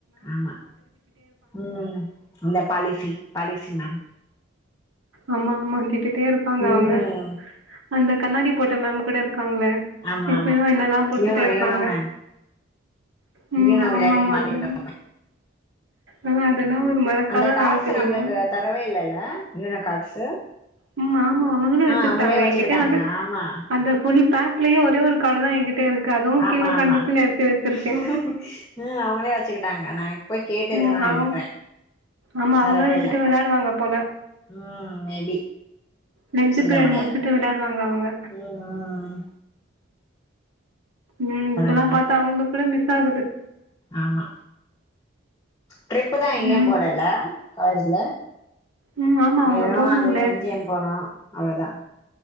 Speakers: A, on the left (about 20°); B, on the right (about 80°).
A: ஆமா உம் அந்த பாலிசி பாலிசி மேம்
B: ஆமா ஆமா திட்டிடோ இருப்பாங்க
A: ம்
B: அவங்க அந்த கண்ணாடி போட்ட மேம் கூட இரு இருக்காங்க
A: ஆமா
B: இப்பயு
A: ஆமா
B: என்னதா புடிச்சிட்டே
A: யோனோ
B: இருப்பாங்க
A: யோனோ மேம்
B: உம்
A: யோனோ
B: ஆமா
A: விளையாடி
B: ஆமா
A: மாட்டிக்கிட்டோ
B: அந்த ஆஹ் அதெல்லா ஒரு மறக்காத
A: அந்த காட்ஸ்
B: நாள் தெரியுமா
A: நம்மளுக்கு தரவே இல்ல ன காட்ஸ்
B: உம் ஆமா அவங்களே வச்சிக்கிட்டாங்க
A: அவங்களே வச்சுக்கிட்டாங்க
B: என்கிட்ட வந்து
A: ஆமா
B: அந்த புலி பக்லியே ஒரே ஒரு கார்ட தா என்கிட்ட இருக்கு அதுவும்
A: ஆமா
B: கீழ கிடந்துச்சுன்னு
A: ஆமா
B: எடுத்து வச்சிருக்கேன்
A: ஹம் அவங்களே வச்ச வச்சுக்கிட்டாங்கண்ணா போய் கேட்டு இருக்கணு
B: ம் அவ்
A: நனக்கிற
B: ஆமா
A: தரவே
B: அவங்களே வச்சுட்டு
A: இல்ல
B: விளையாடுவாங்க போல
A: உம் மேபி
B: லன்ச்
A: சொல்ல
B: பீரியட்
A: முடியாது
B: முடிச்சுட்டு விளையாடுவாங்க அவங்க
A: உம் உம்
B: உம்
A: அதாங்க
B: இப்பலா பார்த்தா அவங்க கூட மி ஆகுது
A: ஆமா ட்ரிப்பு தா எங்கியு
B: ம்
A: போலல்ல காலேஜ்ல
B: ம் ஆமா அவங்க
A: வெறும்
B: போனாங்களே
A: அது எம்ஜிம் போனும் அவளதான்